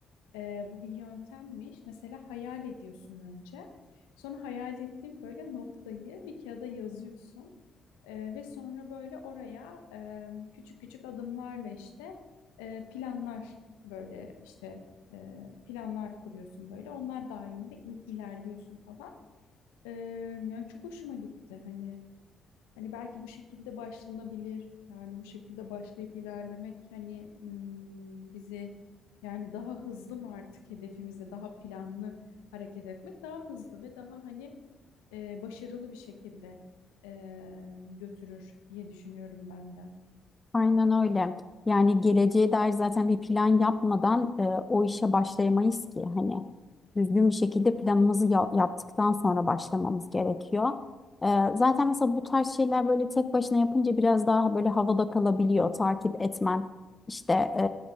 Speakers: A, on the left; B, on the left.
A: Ee, bu bir yöntemmiş. Mesela hayal ediyorsun önce. Sonra hayal ettiğin böyle noktayı bir kağıda yazıyorsun. Ee, ve sonra böyle oraya e, küçük küçük adımlarla işte e, planlar böyle işte e, planlar kuruyorsun böyle. Onlar dahilinde in- ilerliyorsun falan. Ee, yani çok hoşuma gitti hani hani belki bu şekilde başlanabilir yani bu şekilde başlayıp ilerlemek hani hmm, bizi yani daha hızlı mı artık hedefimizde daha planlı hareket etmek daha hızlı ve daha hani e, başarılı bir şekilde e, götürür diye düşünüyorum ben de.
B: Aynen öyle. Yani geleceğe dair zaten bir plan yapmadan e, o işe başlayamayız ki. Hani düzgün bir şekilde planımızı ya- yaptıktan sonra başlamamız gerekiyor. E, zaten mesela bu tarz şeyler böyle tek başına yapınca biraz daha böyle havada kalabiliyor. Takip etmen işte e,